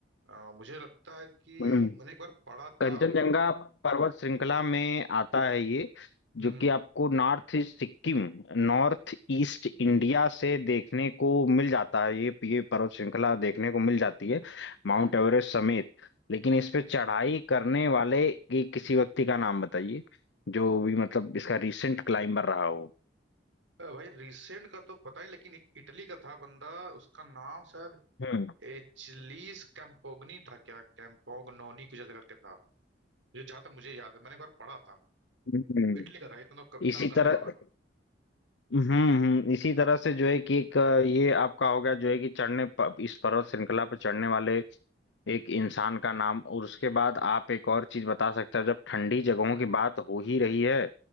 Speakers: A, on the right; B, on the left.
A: आ, मुझे लगता है कि
B: हम्म
A: मैंने एक बार पढ़ा
B: कंचनजंगा
A: था
B: पर्वत श्रृंखला में आता है ये
A: हम्म
B: जो कि
A: हम्म
B: आपको north east Sikkim north east India से देखने को मिल जाता है ये ये पर्वत श्रृंखला देखने को मिल जाती है माउंट
A: हम्म।
B: एवरेस्ट समेत लेकिन इस पे चढ़ाई करने वाले की किसी व्यक्ति का नाम बताइए जो भी मतलब इसका रिसेंट क्लाइंबर रहा हो
A: अ, भाई रिसेंट का तो पता ही लेकिन एक इटली का था बंदा उसका नाम शायद
B: हम्म
A: एचलीस कैम्पोगनी था क्या कैम्पोगनोनी कुछ ऐसा करके था जो जहां तक मुझे याद है मैंने एक बार पढ़ा था
B: हम्म।
A: इटली का था इतना तो इतना
B: इसी
A: तो कंफर्म
B: तरह
A: है
B: हम्म हम्म, इसी तरह से जो है कि एक अ, ये आपका हो गया जो है कि चढ़ने प- इस पर्वत श्रृंखला पर चढ़ने वाले एक इंसान का नाम और उसके बाद आप एक और चीज बता सकते हैं जब ठंडी जगहों की बात हो ही रही है